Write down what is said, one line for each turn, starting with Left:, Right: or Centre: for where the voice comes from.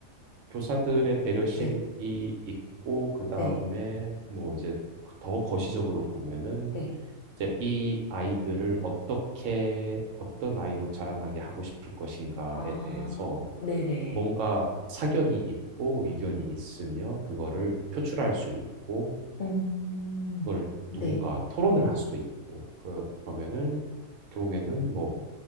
Right: 교사들의 배려심이
Left: 네,
Right: 있고 그 다음에
Left: 네,
Right: 뭐 이제 더 거시적으로 보면은
Left: 네.
Right: 이제 이 아이들을 어떻게 어떤 아이로 자라나게 하고 싶을 것인가에
Left: 아,
Right: 대해서
Left: 네네.
Right: 뭔가 사견이 있고 의견이 있으며 그거를 표출할 수 있고
Left: 음,
Right: 그걸 누군가
Left: 네.
Right: 토론을 할 수도 있고 그, 그러면은 결국에는 뭐